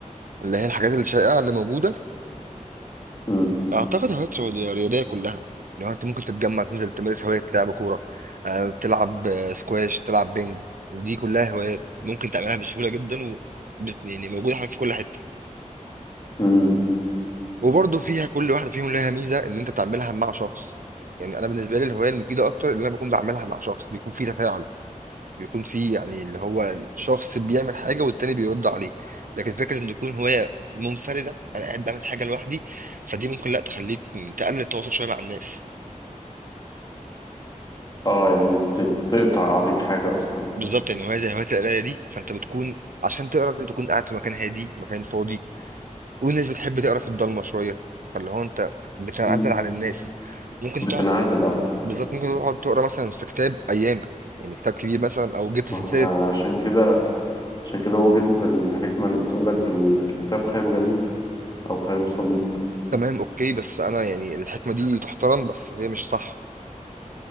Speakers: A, on the right (about 90°); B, on the left (about 30°).
A: اللي هي الحاجات الشائعة اللي موجودة
B: امم
A: اعتقد هوايات رياض- رياضية كلها لو انت ممكن تتجمع تنزل تمارس هواية لعب كورة آه، تلعب آه، سكواش تلعب بينج دي كلها هوايات ممكن تعملها بسهولة جدا و بس- يعني موجودة حواليك في كل حتة
B: امم
A: وبرضه فيها كل واحده فيهم لها ميزه ان انت تعملها مع شخص يعني انا بالنسبه لي الهوايه المفيده اكتر اللي انا بكون بعملها مع شخص بيكون في تفاعل بيكون في يعني اللي هو شخص بيعمل حاجه والتاني بيرد عليه لكن فكره ان تكون هوايه منفرده انا قاعد بعمل حاجه لوحدي فدي ممكن لا تخليك تقلل التواصل شويه مع الناس
B: اه يعني ت- تقطع عليك حاجة اصلا
A: بالظبط يعني هوايه زي هوايه القرايه دي فانت بتكون عشان تقرا لازم تكون قاعد في مكان هادي مكان فاضي والناس بتحب تقرا في الضلمه شويه فاللي هو انت بتنعزل
B: مم.
A: عن الناس ممكن
B: بتنعزل
A: تقعد
B: اه
A: بالظبط ممكن تقعد تقرا مثلا في كتاب ايام يعني كتاب كبير مثلا او جبت
B: آه،
A: سلسله
B: عشان كده عشان كده وجدت الحكمة اللي بتقول لك الكتاب خير جليس او خير صديق
A: تمام اوكي بس انا يعني الحكمه دي تحترم بس هي مش صح